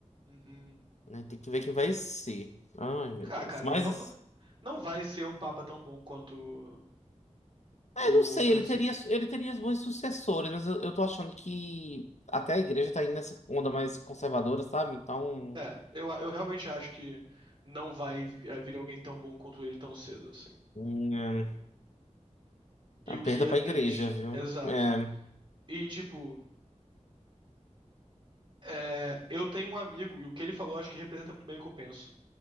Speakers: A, on the right (about 40°); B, on the left (about 65°).
A: Uhum.
B: né? Tem que ver quem vai ser. Ai, meu
A: Ah,
B: Deus.
A: cara,
B: Mas,
A: vamos... não vai ser um papa tão bom quanto
B: é,
A: o
B: não sei,
A: Francisco.
B: ele teria, ele teria bons sucessores, mas eu, eu tô achando que até a igreja tá indo nessa onda mais conservadora, sabe? Então,
A: É, eu, eu realmente acho que não vai vi- eh, vir alguém tão bom quanto ele tão cedo, assim.
B: hum, é,
A: E
B: a
A: o
B: perda
A: que é
B: pra
A: triste.
B: igreja, viu?
A: Exato.
B: É,
A: E, tipo, é, eu tenho um amigo, e o que ele falou acho que representa muito bem o que eu penso.